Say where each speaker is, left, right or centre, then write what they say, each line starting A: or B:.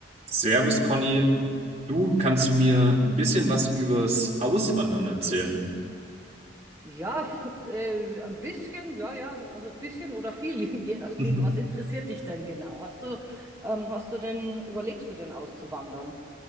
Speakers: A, on the right; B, on the right.
A: Servus, Conny. Du kannst du mir ein bisschen was übers Auswandern erzählen?
B: Ja, <laughs> äh, ein bisschen, ja, ja, also ein bisschen oder viel, <laughs> je nachdem,
A: <laughs>
B: was interessiert dich denn genau? Hast du, ähm, hast du denn, überlegst du denn auszuwandern?